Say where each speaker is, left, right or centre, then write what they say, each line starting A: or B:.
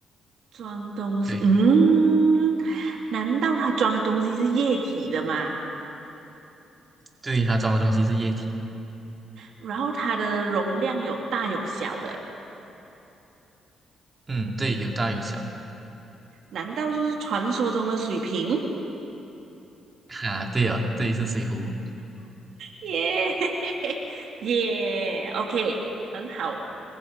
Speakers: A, on the right (about 70°); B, on the right (about 30°).
A: 装东西。
B: 对。
A: 嗯。难道它装的东西是液体的吗？
B: 对，它装的东西是液体。
A: 然后它的容量有大有小的，
B: 嗯，对，有大有小。
A: 难道就是传说中的水瓶？
B: 哈、对啊，对，是水壶。
A: 耶 <laughs> 耶，OK，很好，